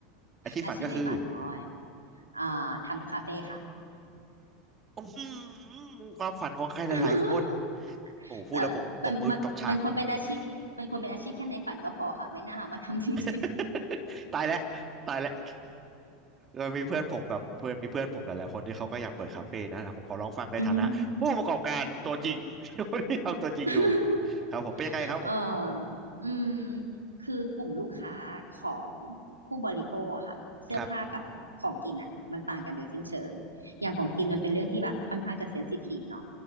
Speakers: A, on the right; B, on the right.
A: อาชีพฝันก็คือ
B: อาชีพในฝันของออยอ่าทำคาเฟ่ค่ะ
A: อื้อหือความฝันของใครหลายๆคน
B: <laughs>
A: โอ้โหพูดแล้วผมตบมือตบฉาก
B: แต่มันมันมันควรเป็นอาชีพมันควรเป็นอาชีพแค่ในฝันก็พอค่ะไม่น่ามาทำจริง
A: <laughs> ตายแล้วตายแล้วเออมีเพื่อนผมแบบเพื่อนมีเพื่อนผมหลายๆคนที่เขาก็อยากเปิดคาเฟ่นะอ่ะผมขอลองฟังในฐานะผู้ประกอบการตัวจริง
B: ๆ <laughs> อือฮึ
A: <laughs> ที่ทำตัวจริงดู
B: <laughs> ๆ
A: ครับผมเป็นยังไงครับผม
B: เอออืมคือกลุ่มลูกค้าของผู้บริโภคอะค่ะเสื้อผ้ากับของกินอะมันต่างกันโดยสิ้นเชิงอย่างของกินมันเป็นเรื่องที่แบบค่อนข้างจะเซนซิทีฟเนาะ
A: ครับ